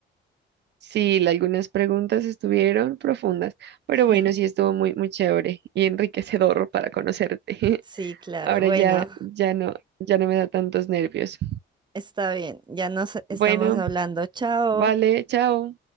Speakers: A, on the right; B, on the right.
A: Sí, la- algunas preguntas estuvieron profundas, pero
B: <laughs>
A: bueno, sí estuvo muy, muy chévere y enriquecedor para conocerte.
B: Sí,
A: <laughs>
B: claro.
A: Ahora
B: Bueno,
A: ya, ya no, ya no me da tantos nervios.
B: está bien. Ya nos estamos
A: Bueno,
B: hablando. Chao.
A: vale, chao.